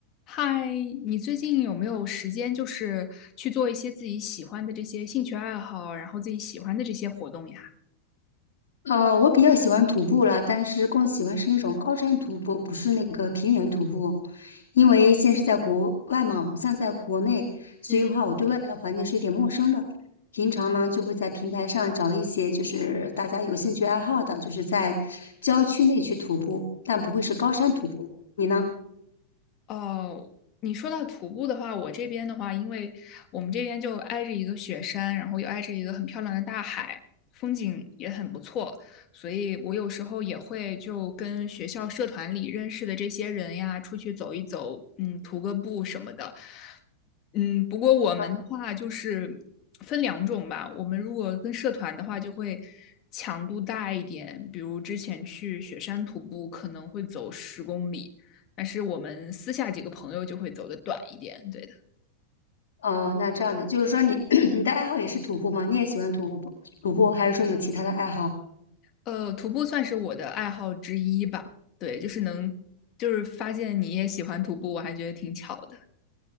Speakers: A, on the left (about 35°); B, on the left (about 60°).
A: 嗨，你最近有没有时间，就是去做一些自己喜欢的这些兴趣爱好，然后自己喜欢的这些活动呀？
B: 呃，我比较喜欢徒步啦，但是更喜欢是那种高山徒步，不是那个平原徒步。因为现在是在国外嘛，不像在国内，所以的话，
A: 嗯，
B: 我对外面的环境是有点陌生的。平常呢，就会在平台上找一些就是大家有兴趣爱好的，就是在郊区内去徒步，但不会是高山徒步。你呢？
A: 哦，你说到徒步的话，我这边的话，因为我们这边就挨着一个雪山，然后又挨着一个很漂亮的大海，风景也很不错，所以我有时候也会就跟学校社团里认识的这些人呀，出去走一走，嗯，徒个步什么的。嗯，不过我们的话就是分两种吧。
B: 嗯
A: 我们如果跟社团的话，就会强度大一点。比如之前去雪山徒步，可能会走十公里，但是我们私下几个朋友就会走的短一点。对的，
B: 哦，那这样的，就是说你 <coughs> <clears throat> 你的爱好也是徒步吗？你也喜欢徒步，徒步，还是说有其他的爱好？
A: 呃，徒步算是我的爱好之一吧。对，就是能，就是发现你也喜欢徒步，我还觉得挺巧的。